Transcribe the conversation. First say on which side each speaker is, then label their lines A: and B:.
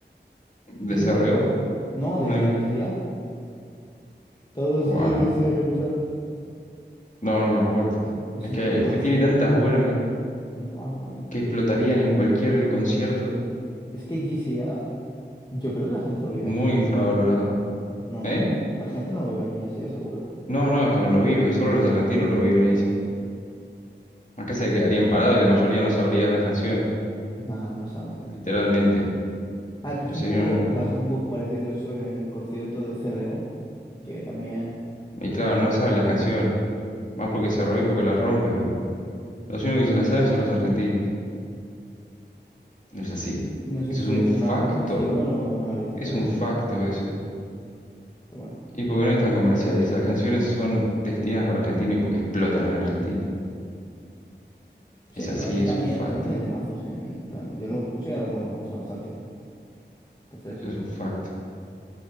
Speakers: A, on the left; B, on the left.
A: Creo
B: ¿De CRO?
A: que se llama- No,
B: Nada
A: de, de
B: que
A: G
B: ver.
A: C A Todos
B: Bueno,
A: quieren ser el trap.
B: no, no me acuerdo.
A: Es
B: Es
A: un
B: que,
A: temazo.
B: es que tiene tantas buenas que,
A: Un temazo también.
B: que explotarían en cualquier concierto.
A: Es que G C A Yo creo que la gente lo vive
B: Muy
A: aquí, ¿eh?
B: infravalorado.
A: No.
B: ¿Eh?
A: La gente no lo vive aquí, sí, seguro.
B: No, no, es que no lo vive, solo los argentinos lo viven, Acá se quedarían parados y la mayoría no sabría las canciones,
A: Nah, no lo saben.
B: literalmente.
A: A ver, pasó
B: Pero sería
A: un poco,
B: una locura.
A: pasó un poco parecido eso en el concierto de CRO, que también,
B: Y claro,
A: pues,
B: no le saben las canciones. Van porque se roba y porque las rompe, pero los únicos que se las saben son los argentinos. No es así.
A: no sé
B: Eso
A: si
B: es un
A: eso
B: facto.
A: es una bendición o una maldición,
B: Es
A: la
B: un
A: verdad.
B: facto eso.
A: Pero bueno.
B: Y porque no es tan comercial. Y las canciones son destinadas para Argentina y porque explotan en Argentina.
A: Sí,
B: Es
A: pero
B: así,
A: aún así
B: es
A: también,
B: un facto.
A: también tiene temazos en plan. Yo los escucho y algunos me gustan bastante. Entonces,
B: Eso es un facto.